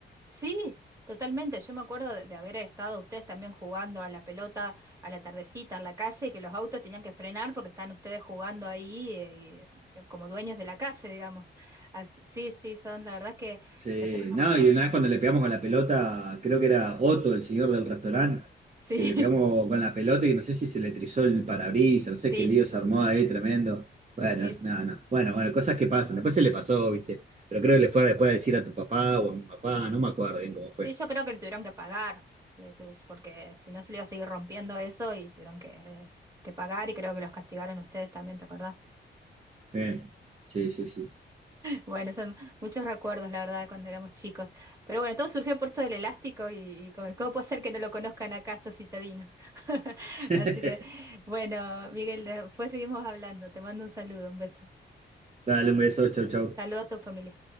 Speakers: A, on the right (about 15°); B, on the right (about 35°).
A: Sí, totalmente. Yo me acuerdo de, de haber estado ustedes también jugando a la pelota a la tardecita en la calle y que los autos tenían que frenar porque estaban ustedes jugando ahí eh, eh, como dueños de la calle, digamos. Así- sí, sí, son la verdad que
B: Sí,
A: recuerdos
B: no, y una
A: memorables.
B: vez cuando le pegamos con la pelota, creo que era Otto, el señor del restaurante,
A: Sí,
B: que le pegamos con la pelota y no sé si se le trizó el parabrisas,
A: <laughs>
B: no sé qué lío
A: sí,
B: se armó ahí, tremendo. Bueno,
A: sí. Sí,
B: no, no. Bueno, bueno, cosas que pasan. Después se le pasó, ¿viste? Pero creo que le fue después a decir a tu papá o a mi papá, no me acuerdo bien cómo fue.
A: Sí, yo creo que le tuvieron que pagar eh, tu- porque si no se le iba a seguir rompiendo eso y tuvieron que, que pagar y creo que los castigaron ustedes también, ¿te acordás?
B: Bien. Sí, sí, sí.
A: Bueno, son muchos recuerdos, la verdad, cuando éramos chicos. Pero bueno, todo surgió por esto del elástico y co- cómo puede ser que no lo conozcan acá estos citadinos. <laughs>
B: <laughs>
A: Así que, bueno, Miguel, después seguimos hablando. Te mando un saludo, un beso.
B: Dale un beso, chau, chau.
A: Saludos a tu familia.